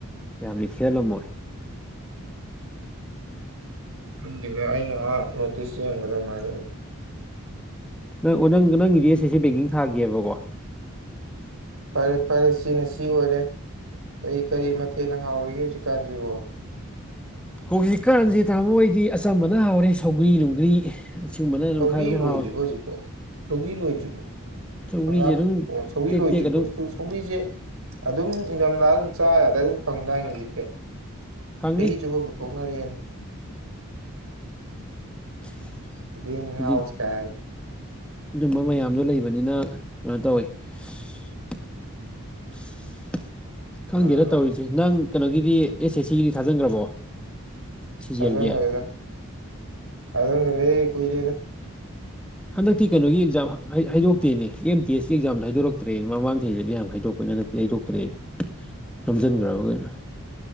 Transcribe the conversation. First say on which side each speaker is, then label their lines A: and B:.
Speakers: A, in the centre; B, on the right.
A: ꯌꯥꯝꯅ ꯊꯤꯍꯜꯂꯝꯃꯣꯏ
B: <unintelligible> ꯑꯗꯨꯗ ꯑꯩꯅ ꯑꯥ ꯅꯣꯇꯤꯁꯁ ꯌꯦꯡꯕꯗ ꯑꯗꯨꯃꯥꯏꯅ ꯎꯏ
A: ꯅꯪ ꯅꯪ ꯅꯪꯒꯤ ꯗꯤ ꯑꯦꯁ ꯁꯤꯁꯤ ꯕꯦꯡꯀꯤꯡ ꯊꯥꯒꯦꯕꯀꯣ
B: ꯐꯔꯦ ꯐꯔꯦ ꯁꯤꯅ ꯁꯤ ꯑꯣꯏꯔꯦ ꯀꯔꯤ ꯀꯔꯤ ꯃꯊꯦꯜꯅ ꯍꯥꯎꯔꯤꯒꯦ ꯍꯧꯖꯤꯛꯀꯥꯟꯁꯤꯕꯣ
A: ꯍꯧꯖꯤꯛꯀꯥꯟꯁꯦ ꯇꯥꯃꯣ ꯍꯣꯏꯗꯤ ꯑꯆꯝꯕꯅ ꯍꯥꯎꯔꯦ ꯁꯧꯒ꯭ꯔꯤ ꯅꯨꯡꯒ꯭ꯔꯤ ꯁꯤꯒꯨꯝꯕꯅ ꯑꯗꯨꯝ
B: ꯊꯒꯤ
A: ꯈꯔ ꯑꯗꯨꯝ
B: ꯂꯣꯏ
A: ꯍꯥꯎꯔꯦ
B: ꯕ ꯕ ꯊꯒꯤ ꯂꯣꯏꯖꯕ
A: ꯁꯧꯒ꯭ꯔꯤꯁꯦ
B: ꯍꯪꯒꯥꯝ
A: ꯑꯗꯨꯝ
B: ꯑꯣ ꯁꯧꯒꯔꯤ
A: ꯇꯦꯛ
B: ꯂꯣꯏꯗ꯭ꯔꯤꯀꯣ
A: ꯇꯦꯛ ꯑꯗꯨꯝ
B: ꯁ ꯁꯧꯒꯔꯤꯁꯦ ꯑꯗꯨꯝ ꯏꯊꯝꯗꯥꯥ ꯑꯗꯨꯝ ꯆꯥꯒꯗ ꯑꯗꯨꯝ ꯐꯪꯗꯥꯏꯅꯦ ꯍꯧꯖꯤꯛꯇꯤ
A: ꯐꯪꯉꯤ
B: ꯆꯍꯤ ꯆꯨꯞꯕ ꯄꯨꯊꯣꯛꯅꯔꯦꯅꯤ
A: <unintelligible>
B: ꯔꯤꯟ
A: ꯍꯧꯖꯤꯛ
B: ꯍꯁ ꯀ
A: ꯑꯗꯨꯝꯕ ꯃꯌꯥꯝꯗꯣ ꯂꯩꯕꯅꯤꯅ ꯀꯩꯅꯣ ꯇꯧꯋꯤ <unintelligible> ꯈꯪꯗꯦꯗ
B: ꯑꯥ
A: ꯇꯧꯔꯤꯁꯦ ꯅꯪ ꯀꯩꯅꯣꯒꯤꯗꯤ ꯑꯦꯁ ꯑꯦꯁ ꯁꯤꯒꯤꯗꯤ ꯊꯥꯖꯤꯟꯈ꯭ꯔꯕꯣ ꯁꯤꯖꯦꯜꯒꯤ
B: ꯑ ꯀꯔꯤꯗ ꯑꯗꯨ ꯀꯔꯤ ꯀꯣꯏꯔꯦꯗ
A: ꯍꯟꯗꯛꯇꯤ ꯀꯩꯅꯣꯒꯤ ꯑꯦꯛꯖꯥꯝ ꯍꯥꯏꯗꯣꯛꯇꯦꯅꯦ ꯑꯦꯝ ꯇꯤ ꯑꯦꯁꯀꯤ ꯑꯦꯛꯖꯥꯝꯗ ꯍꯥꯏꯗꯣꯔꯛꯇ꯭ꯔꯦꯅ ꯃꯃꯥꯡ ꯆꯍꯤꯗꯗꯤ ꯌꯥꯝ ꯍꯥꯏꯗꯣꯛꯄꯅ ꯅꯠꯇꯦ ꯍꯥꯏꯗꯣꯛꯇ꯭ꯔꯦꯗꯤ ꯔꯝꯖꯟꯒ꯭ꯔꯕꯒꯦꯅ
B: ꯑꯣ